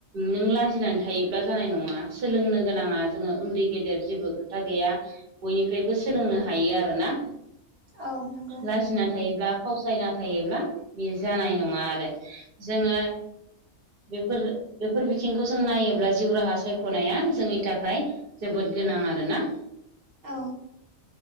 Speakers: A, on the right; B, on the right.
A: नों लाजिनानै थायोब्ला जानाय नङा सोलोंनो गोनाङा जोङो उन्दै गेदेर जेबो खो था गैया बयनिफ्रायबो सोलोंनो हायो आरोना।
B: औ नंगौ
A: लाजिना थायोब्ला फावसयना थायोब्ला बे जानाय नङा आरो जोङो बेफोर बेफोर बिथिंखौ जों नायोब्ला जिउ राहा सायख'नाया जोंनि थाखाय जोबोद गोनां आरो ना।
B: औ